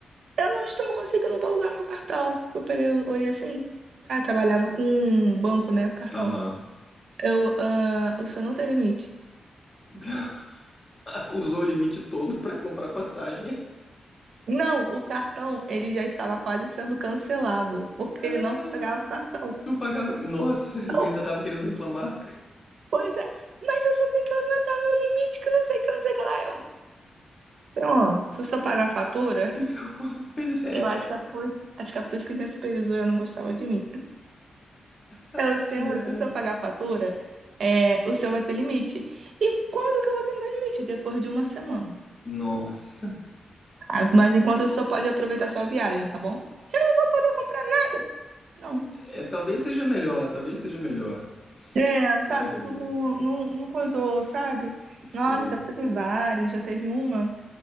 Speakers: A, on the right; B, on the left.
A: Eu não estou conseguindo usar meu cartão. Eu peguei, eu olhei assim. Ah, eu trabalhava com um banco, né? Com cartão.
B: aham.
A: Eu, ah, o senhor não tem limite.
B: <laughs> Usou o limite todo pra comprar passagem.
A: Não, o cartão, ele já estava quase sendo cancelado, porque
B: Ah,
A: ele não pagava o cartão.
B: não pagava. Nossa, e
A: Eu,
B: ainda tava querendo reclamar.
A: pois é, mas você tem que aumentar meu limite, que não sei o que, não sei o que lá. Eu, senhor, se o senhor pagar a fatura.
B: Isso que eu... <laughs> Pois é.
A: Eu acho que é por, acho que é por isso que minha supervisora não gostava de mim.
B: Ai,
A: Ela, senhora,
B: ai.
A: se o senhor pagar a fatura, é, o senhor vai ter limite. E quando que eu vou ter meu limite? Depois de uma semana.
B: Nossa.
A: Ah, mas enquanto o senhor pode aproveitar sua viagem, tá bom? Eu não vou poder comprar nada. Não.
B: É, talvez seja melhor, talvez seja melhor.
A: É, sabe,
B: Ai,
A: tu não, não, não coisou, sabe?
B: sim.
A: Nossa, já teve vários, já teve uma,